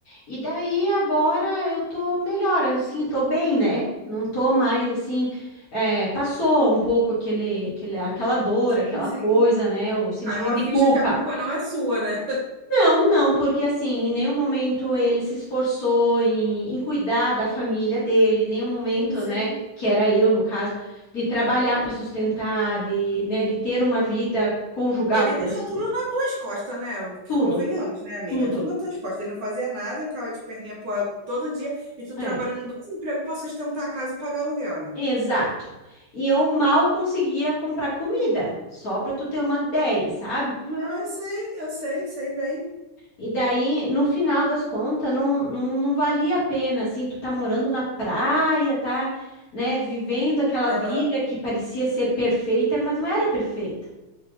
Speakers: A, on the left (about 45°); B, on the right (about 60°).
A: E daí agora eu tô melhor, assim, tô bem, né? Não tô mais assim, é, passou um pouco aquele, aquele, aquela dor, aquela
B: Sim, sim.
A: coisa, né? O sentimento
B: Caiu a
A: de
B: ficha
A: culpa.
B: que a culpa não é sua, né?
A: Não, não, porque assim, em nenhum momento ele se esforçou em, em cuidar da família dele, em nenhum momento,
B: Sim, sim.
A: né, que era eu no caso, de trabalhar para sustentar, de, né, de ter uma vida conjugal,
B: Ele
A: por
B: deixou
A: assim
B: tudo
A: dizer.
B: nas tuas costas, né? Que
A: Tudo,
B: convenhamos, né, amiga?
A: tudo.
B: Tudo nas tuas costas. Ele não fazia nada, eu ficava de perninha pro ar todo dia, e tu trabalhando
A: é.
B: em dois empregos pra sustentar a casa e pagar aluguel, né?
A: Exato. E eu mal conseguia comprar comida, só para tu ter uma ideia, sabe?
B: Não, eu sei, eu sei, sei bem.
A: E daí, no final das contas, não, não, não valia a pena, assim, tu tá morando na praia, tá, né, vivendo aquela vida
B: Aham.
A: que parecia ser perfeita, mas não era perfeita.